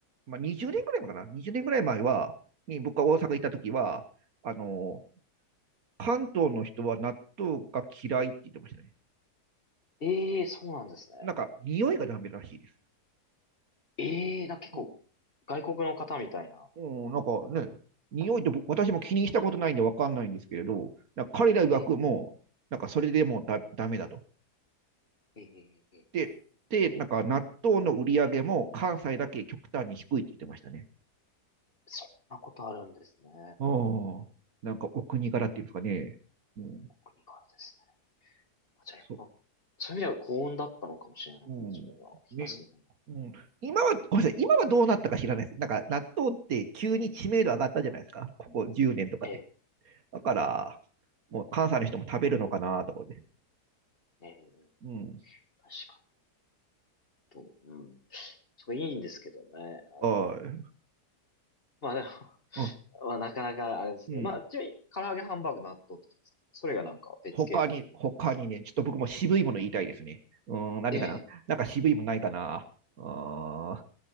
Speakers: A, on the right; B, on the left.
A: まあ、20年ぐらい前かな ?20 年ぐらい前は、に僕が大阪行った時は、あの、関東の人は納豆が嫌いって言ってましたね。
B: ええーそうなんですね。
A: なんか、匂いがダメらしいです。
B: ええーなんか結構、
A: うん、
B: 外国の方みたいな。
A: うんなんかね、匂いって僕私も気にしたことないんでわかんないんですけれど、なんか彼ら曰くもう、
B: ええ
A: なんかそれでもうだダメだと。
B: ええええ
A: で、で、なんか納豆の売り上げも関西だけ極端に低いって言ってましたね。
B: そんなことあるんですね。
A: おあなんかお国柄っていうんですかね。うん、
B: お国からですね。あじゃあやっぱ、
A: そ
B: そういう意味では幸運だったのかもしれないですね。
A: う、うん、
B: 自分は東日本の。
A: ね、うん。今は、ごめんなさい、今はどうなったか知らないです。なんか納豆って急に知名度上がったじゃないですか。ここ10年とかで。
B: ええ
A: だから、もう関西の人も食べるのかなとかで。
B: ええ
A: うん。
B: 確かにと、うん。そう、いいんですけどね。あれ。
A: はい。
B: まあでも、
A: あ
B: <laughs> まあなかなかあれですけど。
A: うん。
B: まあ、ちなみに、唐揚げ、ハンバーグ、納豆ってきたんですけど、それがなんか別系統でもあるんですか
A: 他に、他にね、ちょっと僕も渋いもの言いたいですね。うん、何かな。
B: ええ
A: なんか渋いものないかな。あー